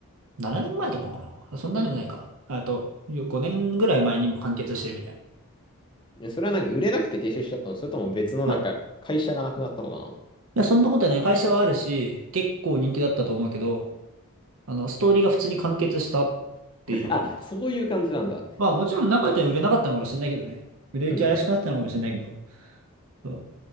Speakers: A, on the right; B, on the left.
A: 7年前とかかな。そんなでもないか。
B: え、
A: あと、よ5年ぐらい前にも完結してるみたいな。い
B: えそれは何売れなくて停止しちゃったのそれとも別のなんか、
A: や、い
B: 会社がなくなったのか
A: や、そんなことはね、会社はあるし、結構人気だったと思うけど、あの、ストーリーが普通に完結したっていいのかな。
B: な <laughs> あ、そういう感じなんだ。
A: まあ、もちろん中では売れなかったのかもしれないけどね。売れ行き怪しくなったのかもしれないけど、
B: うん。
A: そう